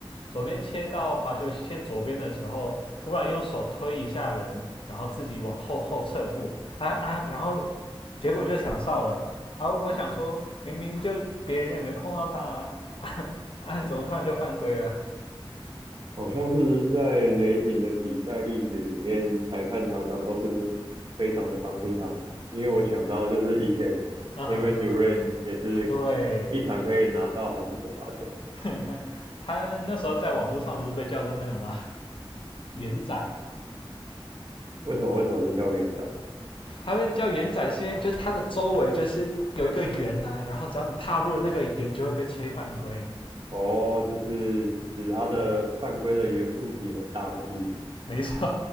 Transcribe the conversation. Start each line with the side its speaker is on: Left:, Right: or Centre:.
Left: 左边切到罚球线左边的时候，突然用手推一下人，然后自己往后后撤步，啊啊，然后结果就想哨了。而我想说，明明就别人也没碰到他啊，<laughs> 啊，啊怎么突然就犯规了？
Right: 好像是在雷霆的比赛历史里面，裁判常常都是非常的帮助他们。因为我想到就是以前
Left: 啊哈啊哈，
Right: Kevin Durant 也是
Left: 对，
Right: 一场可以拿到好几个罚球，
Left: <laughs> 他那时候在网络上不是被叫做那个吗？元仔，
Right: 为什么？为什么是叫长？
Left: 它会叫圆仔，是因为就它的周围就是有一个圆啊，然后只要你踏入那个圆，就会被吹犯规。
Right: 哦，就是指他的犯规的圆柱体很大的意思。
Left: 没错，